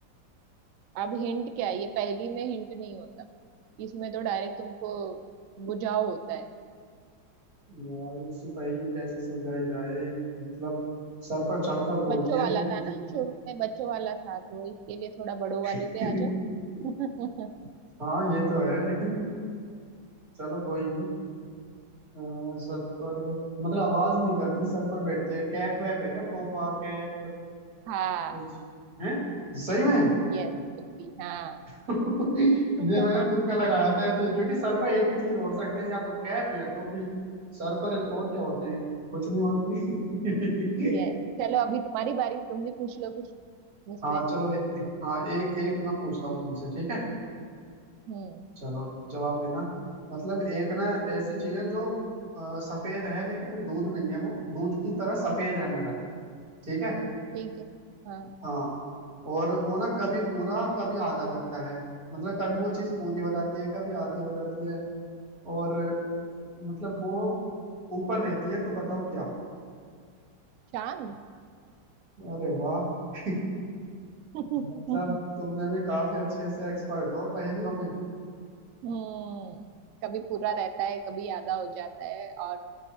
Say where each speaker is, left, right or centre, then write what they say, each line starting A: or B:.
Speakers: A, on the right; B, on the right.
A: अब हिंट क्या है ये पहेली में हिंट नहीं होता इसमें तो डायरेक्ट तुमको बुझाओ होता है
B: यार ऐसी पहेली कैसे सुलझाई जाए मतलब सर पर चढ़कर बोलती
A: बच्चों
B: है
A: वाला
B: लेकिन
A: था ना शुरू में बच्चों वाला था तो इसके लिए थोड़ा बड़ों वालों
B: <laughs>
A: पे आ जाओ <laughs>
B: हाँ ये तो है लेकिन चलो कोई नहीं अ, सर पर मतलब आवाज नहीं करती सर पर बैठती है कैप वैप है क्या टोपा कैप
A: हाँ
B: कुछ है सही में
A: यस टोपी हाँ
B: <laughs> ये
A: <laughs>
B: मैंने तुक्का लगाया था ऐसे ही, क्योंकि सर पर एक ही चीज ओढ़ सकते हैं या तो कैप या टोपी सर पर और क्या ओढ़ते हैं कुछ नहीं ओढ़ते
A: यस चलो अभी तुम्हारी बारी तुम भी पूछ लो कुछ
B: <laughs>
A: मुझसे
B: हाँ चलो ए- हाँ एक एक मैं पूछता हूँ तुमसे ठीक है
A: हम्म
B: चलो जवाब देना मतलब एक ना ऐसी चीज है जो अ, सफेद है लेकिन दूध नहीं है वो दूध की तरह सफेद है मगर ठीक है
A: ठीक है हाँ
B: हाँ और वो ना कभी पूरा कभी आधा दिखता है मतलब कभी वो चीज पूरी हो जाती है कभी आधी हो जाती है और मतलब वो ऊपर रहती है तो बताओ क्या
A: चांद
B: अरे वाह <laughs>
A: <laughs>
B: मतलब तुमने भी काफी अच्छे से एक्सपर्ट हो पहेलियों में
A: हम्म कभी पूरा रहता है कभी आधा हो जाता है और